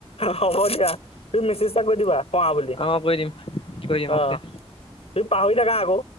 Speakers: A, on the left (about 70°); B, on the left (about 55°).
A: হ'ব দিয়া তুমি মেছেজ এটা কৈ দিবা। শোৱা বুলি
B: অ কৰি দিম কৰি দিম
A: অ।
B: অকে
A: তুমি পাহৰি থাকা আকৌ।